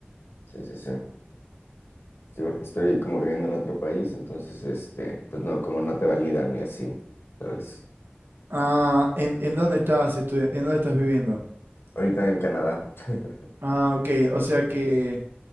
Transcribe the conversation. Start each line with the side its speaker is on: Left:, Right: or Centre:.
Left: Sí, sí, sí. Sí, porque estoy como viviendo en otro país, entonces, este, pues no, como no te validan y así, ¿sabes?
Right: Ah, ¿en, en dónde estás estudi- en dónde estás viviendo?
Left: Ahorita en Canadá. <laughs>
Right: Ah, ok, o sea
Left: Así
Right: que
Left: es, así.